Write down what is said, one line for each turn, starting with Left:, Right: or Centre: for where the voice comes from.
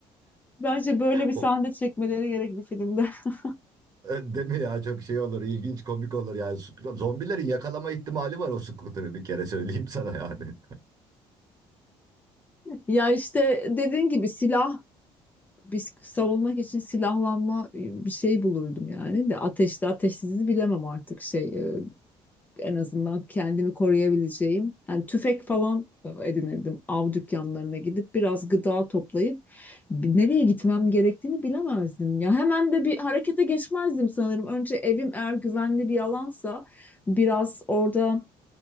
Left: Bence böyle bir sahne
Right: O,
Left: çekmeleri gerek bir filmde. <laughs>
Right: e, değil mi ya çok şey olur ilginç komik olur yani. Sc- Zombilerin yakalama ihtimali var o scooter'ı bir kere söyleyeyim sana yani.
Left: Ya işte dediğin gibi silah biz savunmak için silahlanma ıı, bir şey bulurdum yani de ateşli ateşsizi bilemem artık şey ıı, en azından kendimi koruyabileceğim. Yani tüfek falan edinirdim. Av dükkanlarına gidip biraz gıda toplayıp nereye gitmem gerektiğini bilemezdim ya. Hemen de bir harekete geçmezdim sanırım. Önce evim eğer güvenli bir alansa biraz orada